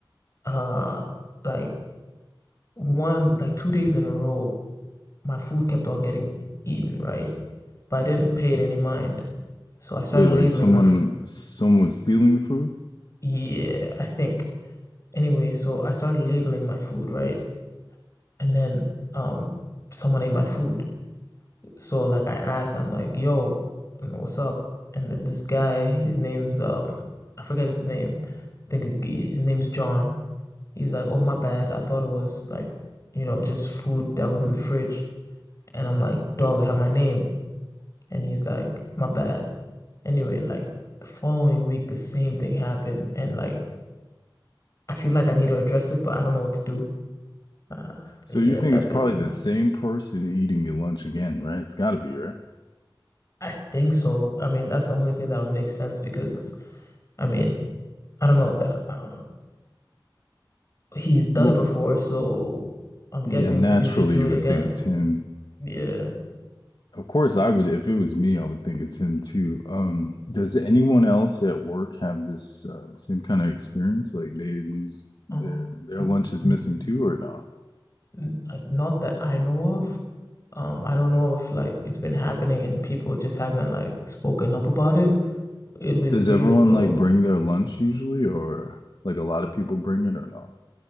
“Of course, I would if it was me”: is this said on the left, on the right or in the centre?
Left